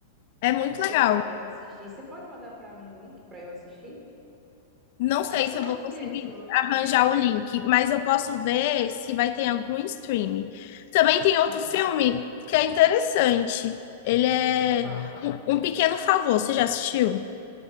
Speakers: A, on the left (about 55°); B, on the right (about 15°).
A: É muito legal.
B: Eu quero assistir. Você pode mandar para mim o link para eu assistir?
A: Não sei
B: Eu acho
A: se
B: que eu
A: eu
B: vou
A: vou
B: assistir
A: conseguir
B: esse hoje.
A: arranjar o link, mas eu posso ver se vai ter algum streaming. Também tem outro
B: Tá bom.
A: filme que é interessante. Ele é
B: Tá.
A: Um Um Pequeno Favor. Você já assistiu?